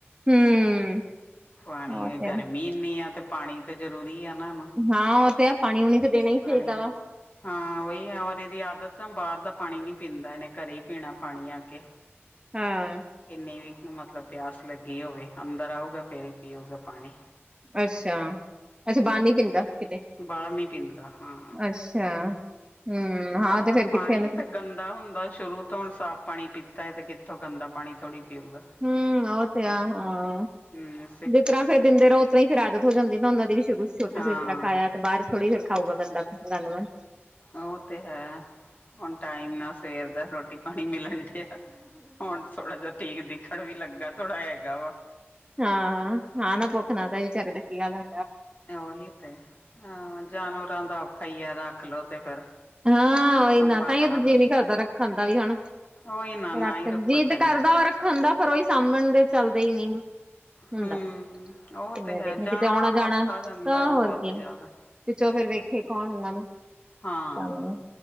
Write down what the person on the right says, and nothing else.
ਹੂੰ
ਉਹ ਤੇ
ਆ
ਹਾਂ, ਉਹ ਤੇ ਆ, ਪਾਨੀ ਉਨੀ ਤੇ ਪੀਨਾ ਈ
ਚਾਈਦਾ।
ਹਾਂ
ਅਸ਼ਾ, ਅੱਛਾ, ਬਾਰ ਨੀ ਪੀਂਦਾ ਕਿਤੇ?
ਅਸ਼ਾ, ਹੂੰ, ਹਾਂ
'ਤੇ ਫੇਰ ਕਿੱਥੇ
ਨੇ ਫਿਰ?
ਹੂੰ, ਓ 'ਤੇ ਆ, ਹਾਂ।
ਜਿਸ ਤਰ੍ਹਾ ਫਿਰ ਦਿੰਦੇ ਰਓ, ਉਸ ਤਰ੍ਹਾ ਈ ਫਿਰ ਆਦਤ ਹੋ ਜਾਂਦੀ ਨਾ ਉਨਾਂ ਦੀ ਵੀ, ਸ਼ੁਰੂ 'ਚ ਛੋਟੇ
ਸੇਬ ਤਰਾਂ ਖਾਇਐ ਬਾਰ ਥੋੜ੍ਹੀ ਫਿਰ ਖਾਊਗਾ ਗੰਦਾ। ਧੰਨਵਾਦ।
ਹਾਂ-ਹਾਂ, ਨਾ ਭੁੱਖ ਨਾ ਤਾਂ ਵੀ ਚੱਕਦਾ, ਕੀ ਗੱਲ ਆ?
ਹਾਂ, ਓਹੀ
ਨਾ, ਤਾਂਈਓ 'ਤੇ
ਜੀਅ ਨੀ ਕਰਦਾ ਰੱਖਨ ਦਾ ਵੀ ਹੁਨ।
ਰੱਖਨ
ਜੀਅ
'ਤੇ ਕਰਦਾ ਉਹ ਰੱਖਨ ਦਾ, ਪਰ ਓਹੀ ਸਾਂਭਣ ਦੇ ਚਲਦੇ ਈ ਨੀ। ਹੁੰਦੈ,
'ਤੇ ਮੈਂ
ਦੇਖਾਂ
ਕਿਤੇ ਆਉਣਾ-ਜਾਉਣਾ‌,
ਤਾਂ
ਹੋਰ ਕੀ।
ਵਿੱਚੋਂ ਫੇਰ ਵੇਖੇ ਕੌਣ ਇਨਾਂ ਨੂੰ?
ਤੁਹਾਨੂੰ